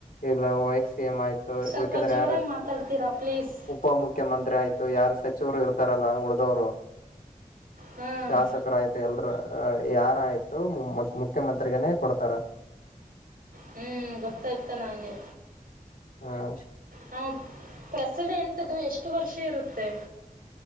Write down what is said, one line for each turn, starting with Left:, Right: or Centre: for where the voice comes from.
Left: ಇಲ್ಲ ವಾಯ್ಸ್ ಸಿಯಮ ಆಯ್ತು
Right: ಸ್ವಲ್ಪ
Left: ಉಳ್ಕ್ಯದ್ರ
Right: ಜೋರಾಗಿ
Left: ಯಾರು ಇರ್ತ
Right: ಮಾತಾಡ್ತೀರಾ ಪ್ಲೀಸ್
Left: ಉಪ ಮುುಖ್ಯಮಂತ್ರಿ ಆಯ್ತು ಯಾರ ಸಚಿವರು ಇರ್ತಾರಲ್ಲ ಉಳ್ದವರು
Right: ಹಾಂ
Left: ಶಾಸಕರ ಆಯ್ತ ಎಲ್ರ ಯಾರಾಯ್ತು ಮುಖ್ಯಮಂತ್ರಿಗನೆೇ ಕೊಡ್ತಾರ
Right: ಹ್ಮ್ ಗೊತ್ತಾಯ್ತ ನಂಗೆ
Left: ಹ್ಮ್
Right: ಹ ಪ್ರೆಸಿಡೆಂಟದ್ದು ಎಷ್ಟು ವರ್ಷ ಇರುತ್ತೆ